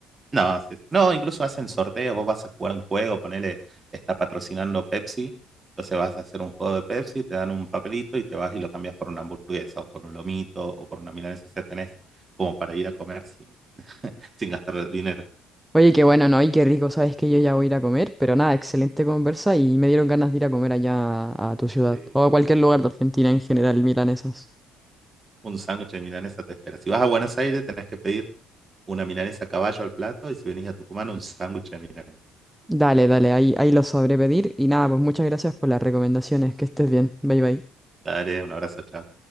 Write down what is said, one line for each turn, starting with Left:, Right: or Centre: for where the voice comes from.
Right: No, sí, sí. No, incluso hacen sorteos, vos vas a jugar un juego, ponele, está patrocinando Pepsi, entonces vas a hacer un juego de Pepsi, te dan un papelito y te vas y lo cambias por una hamburguesa o por un lomito o por una milanesa, o sea, tenés como para ir a comer sin, <laughs> sin gastar dinero.
Centre: Oye, qué bueno, ¿no? Y qué rico, sabes que yo ya voy a ir a comer, pero nada, excelente conversa y me dieron ganas de ir a comer allá a, a tu ciudad
Right: Eh,
Centre: o a cualquier lugar de Argentina en general, milanesas.
Right: un sándwich de milanesa te espera. Si vas a Buenos Aires, tenés que pedir una milanesa a caballo al plato y si venís a Tucumán, un sándwich de milanesa.
Centre: Dale, dale, ahí, ahí lo sabré pedir y nada, pues muchas gracias por las recomendaciones, que estés bien, bye bye.
Right: Dale, un abrazo, chao.